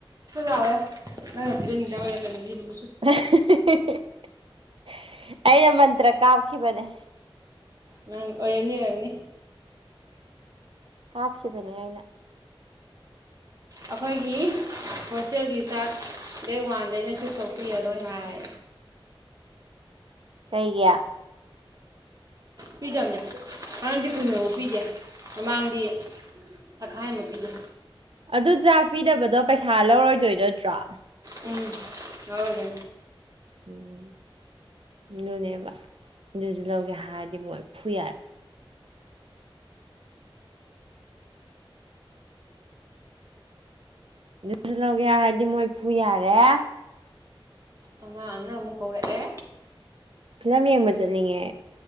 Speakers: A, on the right; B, on the right.
A: ꯋꯦꯪꯗ
B: <inaudible> ꯑꯩꯅ ꯃꯟꯇ꯭ꯔ ꯀꯥꯞꯈꯤꯕꯅꯦ
A: ꯅꯝ ꯑꯣꯏꯔꯅꯤ ꯑꯣꯏꯔꯝꯅꯤ
B: ꯀꯥꯞꯈꯤꯕꯅꯦ ꯑꯩꯅ
A: ꯑꯩꯈꯣꯏꯒꯤ ꯍꯣꯁꯦꯜꯒꯤ ꯆꯥꯔꯖ ꯗꯦꯠ ꯋꯥꯟꯗꯩꯅ ꯁꯤꯊꯣꯛꯄꯤꯔꯔꯣꯏ ꯍꯥꯏ
B: ꯀꯩꯒꯤ
A: ꯄꯤꯗꯕꯅꯦ ꯑꯉꯥꯡꯗꯤ ꯀꯨꯏꯗꯐ ꯄꯤꯒꯦ ꯃꯃꯥꯡꯗꯤ ꯇꯛꯈꯥꯏ ꯑꯃ ꯄꯤꯗ
B: ꯑꯗꯨ ꯆꯥꯛ ꯄꯤꯗꯕꯗꯣ ꯄꯩꯁꯥ ꯂꯧꯔꯣꯏꯗꯣꯏ ꯅꯠꯇ꯭ꯔꯣ
A: ꯎꯝ ꯍꯧꯗ
B: ꯎꯝ ꯑꯗꯨꯅꯦꯕ ꯑꯗꯨꯁꯨ ꯂꯧꯒꯦ ꯍꯥꯏꯔꯗꯤ ꯃꯣꯏ ꯐꯨ ꯌꯥꯔꯦ ꯑꯗꯨꯁꯨ ꯂꯧꯒꯦ ꯍꯥꯏꯔꯗꯤ ꯃꯣꯏ ꯄꯨꯨ ꯌꯥꯔꯦ
A: ꯑꯉꯥꯡ ꯑꯃꯅ ꯑꯃꯨꯛ ꯀꯧꯔꯛꯑꯦ
B: ꯐꯤꯂꯝ ꯌꯦꯡꯕ ꯆꯠꯅꯤꯡꯉꯦ